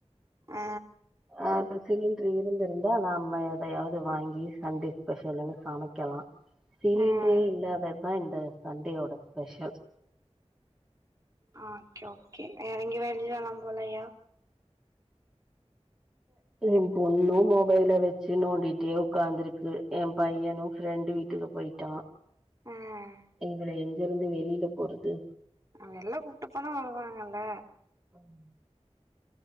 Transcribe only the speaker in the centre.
அ அது சிலிண்ட்ரு இருந்திருந்தா நாம்ம எதையாவது வாங்கி சண்டே ஸ்பெஷலுனு சமைக்கலா சிலிண்ட்ரே
இல்லாததா இந்த சண்டேயோட ஸ்பெஷல்
எம் பொண்ணு மொபைல வச்சு நோண்டிட்டே உக்காந்துருக்கு எம் பையனு ஃப்ரெண்டு வீட் டுக்கு போயிட்டா
இதுல எங்கருந்து வெளிலப் போறது
அம்